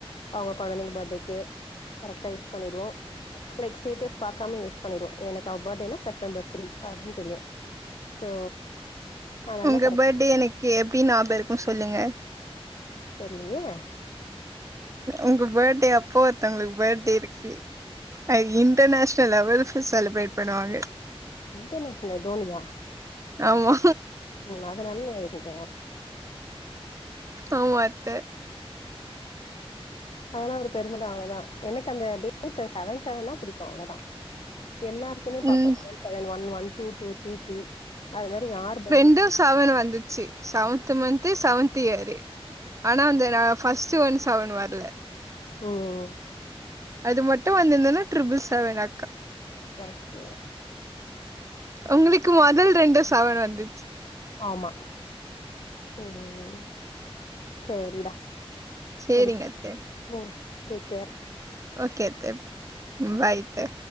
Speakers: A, on the left; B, on the right.
A: அவுங்க கொழந்தைங்க பஃர்டேக்கு கரெக்டா விஷ் பண்ணிடுவோ லைக் ஸ்டேட்டஸ் பாக்காமே வி்ஷ் பண்ணிடுவோ எனக்கு அவ பஃர்டேனா செப்டம்பர் த்ரீ அப்டின் தெரியு சோ அ நல்லக்
B: எப் பஃர்டே எனக்கு எப்டி ஞாபருக்கு சொல்லுங்க
A: தெர்லியே
B: உங்க படே அப்போ ஒருத்தவங்களுக் படே இருக்கு அ இன்டர்நேஷ்னல் லெவல்ஃபு செலிபிரே பண்ணுவாங்க
A: இன்டர்நேஷ்னல் தோனியா
B: ஆமா
A: ம் அதனால் <unintelligible>
B: ஆமா அத்த
A: அதலா ஒரு பெருமதா அவ்ளதா எனக்கு அந்த டேட்டு செவன் செவனா புடிக்கு அவ்ளதா எல்லாருக்குமே பாப்பு
B: ம்
A: seven seven one one two two three three அது மாரி யார் படே
B: ண்டு செவனு வந்துச்சி செவன்த்து மன்த்து செவன்த்து இயரு ஆனா அந்த நா ஃபஸ்ட்டு ஒன் சவன் வர்ல
A: ஓ ஓ
B: அது மட்டு வந்துந்துனா ட்ருபுள் செவனா
A: ஒர்க்கே
B: உங்குளுக்கு மொதல் ரெண்டு சவன் வந்து
A: ஆமா ம் ம் செரிடா
B: சேரிங்க
A: செரி
B: அத்த
A: ஓ டேக்கேர்
B: ஓகே அத்தைப் ம் பாயித்த